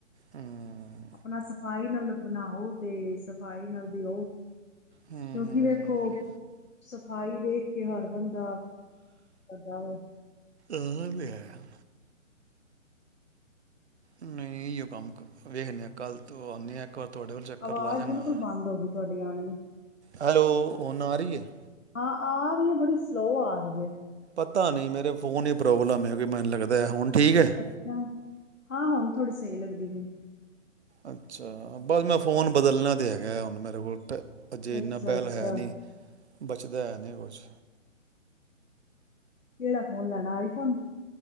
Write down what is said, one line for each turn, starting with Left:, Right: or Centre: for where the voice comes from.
Right: ਹੂੰ
Left: ਆਪਣਾ ਸਫ਼ਾਈ ਨਾਲ ਬਣਾਓ ਤੇ ਸਫ਼ਾਈ ਨਾਲ ਦਿਓ
Right: ਹੂੰ
Left: ਕਿਉਂਕਿ ਵੇਖੋ
Right: ਹੂੰ ਹੂੰ।
Left: ਸਫਾਈ ਵੇਖ ਕੇ ਹਰ ਬੰਦਾ <unintelligible>
Right: ਇਹ ਵੀ ਹੈ ਨਹੀਂ ਇਓ ਕੰਮ ਵੇਖਦੇ ਆ ਕੱਲ ਤੋਂ ਆਉਂਦੇ ਆ ਇੱਕ ਵਾਰ ਤੁਹਾਡੇ ਕੋਲ ਚੱਕਰ
Left: ਆਵਾਜ਼
Right: ਲਾ ਜਾਵਾਂਗਾ
Left: ਬਿਲਕੁਲ ਬੰਦ ਹੋ ਗਈ ਤੁਹਾਡੀ <unintelligible>
Right: ਹੈਲੋ ਹੁਣ ਆ ਰਹੀ ਹੈ
Left: ਹਾਂ ਆ ਰਹੀ ਹੈ ਬੜੀ ਸਲੋਅ ਆ ਰਹੀ ਹੈ
Right: ਪਤਾ ਨੀ ਮੇਰੇ ਫੋਨ ਹੀ ਪ੍ਰੋਬਲਮ ਹੈ ਕਿ ਮੈਨੂੰ ਲੱਗਦਾ ਹੁਣ ਠੀਕ ਹੈ
Left: ਅੱਛਾ ਹਾਂ ਹੁਣ ਥੋੜੀ ਸਹੀ ਲੱਗਦੀ ਪਈ
Right: ਅੱਛਾ ਬਸ ਮੈਂ ਫੋਨ ਬਦਲਣਾ ਤਾਂ ਹੈਗਾ ਹੁਣ ਮੇਰੇ ਕੋਲ ਅਜੇ ਇੰਨਾ
Left: ਅੱਛਾ-ਅੱਛਾ
Right: ਬਹਿਲ ਹੈ ਨਹੀਂ ਬਚਦਾ ਐ ਨਹੀਂ ਕੁਛ
Left: ਕਿਹੜਾ ਫੋਨ ਲੈਣਾ ਆਈਫ਼ੋਨ